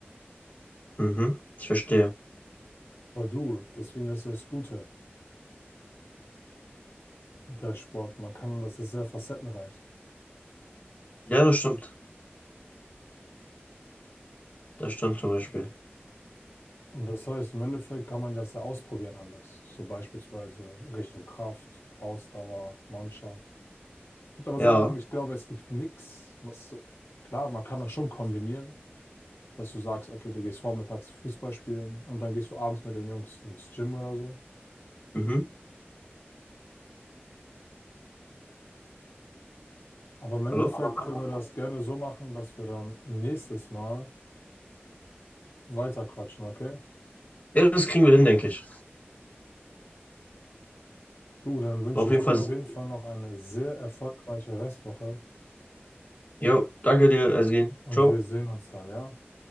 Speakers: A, on the left; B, on the left.
A: Mhm, ich verstehe.
B: Boah, du, deswegen das ist das Gute bei Sport. Man kann, das ist sehr facettenreich.
A: Ja, das stimmt. Das stimmt zum Beispiel.
B: Und das heißt, im Endeffekt kann man das ja ausprobieren alles. So beispielsweise Richtung Kraft, Ausdauer, Mannschaft. Ich würde aber
A: Ja.
B: sagen, ich glaube, es gibt nichts, was, so, klar, man kann das schon kombinieren, dass du sagst, okay, du gehst vormittags Fußball spielen und dann gehst du abends mit den Jungs ins Gym oder so.
A: Mhm.
B: Aber im Endeffekt
A: Hallo? Aber wenn
B: können
A: man
B: wir das
A: das
B: gerne so machen, dass wir dann nächstes Mal weiterquatschen, okay?
A: Ja, das kriegen wir hin, denke ich.
B: Du, dann wünsche
A: War auf
B: ich
A: jeden
B: dir
A: gut Fall.
B: auf jeden
A: dann
B: Fall noch eine sehr erfolgreiche Restwoche
A: Jo, danke dir, Ersin.
B: und
A: Ciao.
B: wir sehen uns dann, ja?